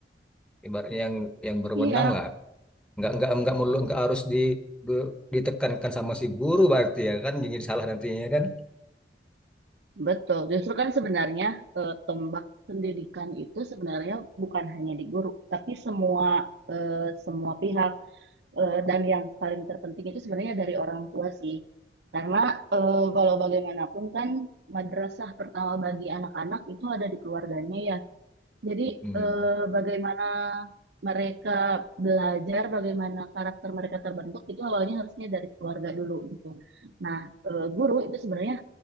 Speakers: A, in the centre; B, on the right (about 70°).
A: ibaratnya yang yang berwenang
B: Iya,
A: lah. nggak nggak nggak melulu nggak harus di be- ditekankan sama si guru berarti ya kan jadi salah nantinya ya kan
B: betul. Justru kan sebenarnya eh, tombak pendidikan itu sebenarnya bukan hanya di guru, tapi semua eh, semua pihak Eh, dan yang paling terpenting itu sebenarnya dari orang tua sih. Karena eh, kalau bagaimanapun kan madrasah pertama bagi anak-anak itu ada di keluarganya ya. Jadi
A: hmm,
B: eh, bagaimana mereka belajar, bagaimana karakter mereka terbentuk itu awalnya harusnya dari keluarga dulu gitu. Nah, eh, guru itu sebenarnya